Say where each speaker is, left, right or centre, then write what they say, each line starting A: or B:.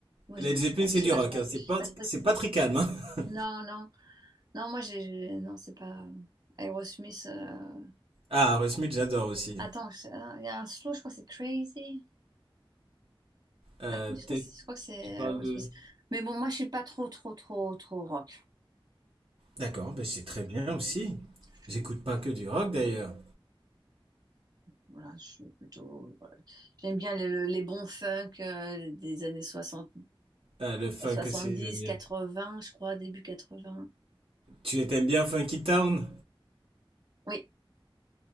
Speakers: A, on the right; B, on the right.
A: ouais,
B: Led
A: c'est-
B: Zeppelin c'est
A: j'ai
B: du
A: pas
B: rock,
A: trop,
B: hein. C'est
A: j'ai
B: pas
A: pas trop
B: c'est
A: écouté.
B: pas très calme. hein. <laughs>
A: Non, non. Non, moi, j'ai... j'ai- Non, c'est pas... Aerosmith... euh,
B: Ah, Aerosmith j'adore aussi.
A: Attends, je- ah, il y a un slow, je crois que c'est Crazy.
B: Euh,
A: Ah, Je
B: peut-être
A: crois que c'est je crois que c'est Aerosmith.
B: tu parles de.
A: Mais bon, moi, je suis pas trop, trop, trop, trop rock.
B: D'accord, ben c'est très bien aussi.
A: Je,
B: J'écoute pas que du rock d'ailleurs.
A: voilà, je suis plutôt. voilà. J'aime bien les, le- les bons funk euh, des années soixante
B: Ah, le funk
A: euh, 70
B: aussi j'aime bien.
A: 80 je crois, début quatre-vingts
B: Tu t'aimes bien Funky Town?
A: Oui.